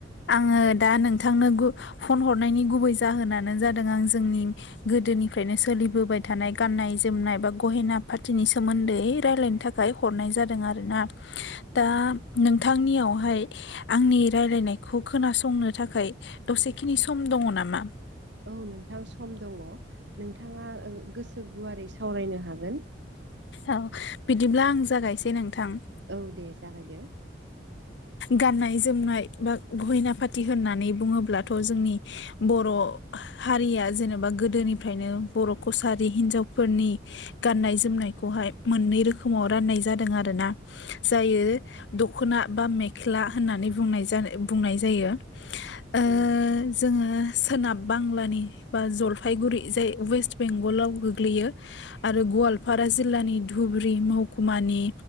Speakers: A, on the left; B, on the right.
A: आङो दा नोंथांनो गु फन हरनायनि गुबै जाहोनानो जादों आं जोंनि - गोदोनिफ्रायनो सोलिबोबाय थानाय गाननाय जोमनाय बा गहेना पाथिनि सोमोन्दै रायल्लायनो थाखाय हरनाय जादों आरोना दा नोंथांनियावहाय आंनि रायलायनायखौ खोनासंनो थाखाय दसेखिनि सम दङ नामा?
B: औ नोंथां सम दङ नोंथाङा गोसो गुवारै सावरायनो हागोन।
A: औ बिदिब्ला आं जागायसै नोंथां।
B: औ दे जागाय दो।
A: गाननाय जोमनाय बा गहेना फाथि होननानै बुङोब्लाथ' जोंनि बर' हारिया जेनेबा गोदोनिफ्रायनो बर' कसारि हिनजावफोरनि गाननाय जोमनायखौहाय मोननै रोखोमाव राननाय जादों आरो ना जायो। दख'ना बा मेख्ला होननानै बुंनाय ज बुंनाय जायो ओ
B: औ
A: जोङो सोनाब बांलानि बा जलफायगुरि जाय वेस्ट बेंगलाव गोग्लैयो। आरो गवालपारा जिल्लानि धुबुरि महकुमानि